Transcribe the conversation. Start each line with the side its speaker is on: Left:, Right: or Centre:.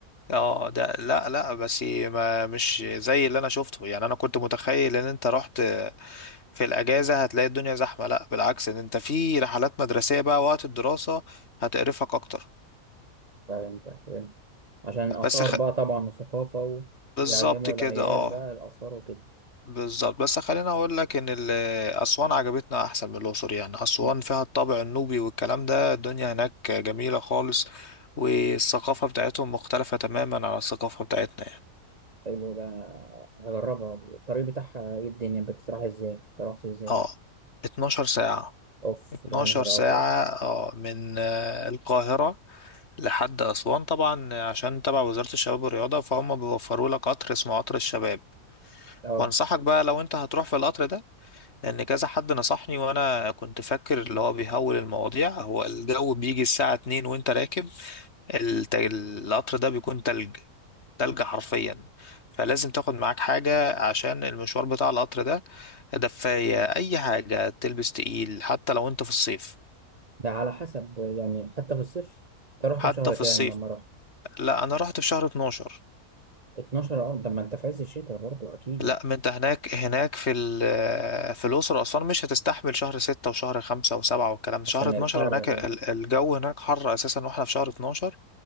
Left: اه ده لا لا بس ما مش زي اللي انا شفته يعني انا كنت متخيل ان انت رحت في الاجازه هتلاقي الدنيا زحمه لا بالعكس ان انت في رحلات مدرسيه بقى وقت الدراسه هتقرفك اكتر
Right: فهمت فهمت عشان آثار
Left: بس خ...
Right: بقى طبعا وثقافة
Left: بالظبط
Right: وبيعلموا
Left: كده
Right: العيال
Left: اه
Right: بقى الآثار وكده
Left: بالظبط بس خليني اقول لك ان ال- اسوان عجبتنا احسن من الاقصر يعني اسوان
Right: مش م-
Left: فيها الطابع النوبي والكلام ده الدنيا هناك جميله خالص والثقافه بتاعتهم مختلفه تماما عن الثقافه بتاعتنا يعني
Right: حلو ده هجربها الطريق بتاعها إيه الدنيا بتتراح إزاي؟ أنت رحت إزاي؟
Left: اه 12 ساعه
Right: أوف
Left: 12
Right: ده يا نهار
Left: ساعه
Right: أبيض
Left: اه من آه، القاهره لحد اسوان طبعا عشان تبع وزاره الشباب والرياضه فهم بيوفروا لك قطر اسمه قطر الشباب
Right: اه
Left: وانصحك بقى لو انت هتروح في القطر ده لان كذا حد نصحني وانا كنت فاكر اللي هو بيهول المواضيع هو الجو بيجي الساعة 2 وانت راكب الت- القطر ده بيكون تلج تلج حرفيا فلازم تاخد معاك حاجة عشان المشوار بتاع القطر ده دفاية أي حاجة تلبس تقيل حتى لو أنت في الصيف
Right: ده على حسب يعني حتى في الصيف انت رحت
Left: حتى
Right: في شهر
Left: في
Right: كام
Left: الصيف
Right: لما رحت
Left: لا أنا رحت في شهر 12
Right: 12 اه ده ما انت في عز الشتاء برضه اكيد
Left: لا
Right: يعني
Left: ما انت هناك هناك في ال- في الأقصر وأسوان مش هتستحمل شهر ستة وشهر خمسة وسبعة والكلام ده شهر
Right: عشان
Left: 12
Right: الحر
Left: هناك
Right: بقى
Left: ال- الجو هناك حر أساسا واحنا في شهر 12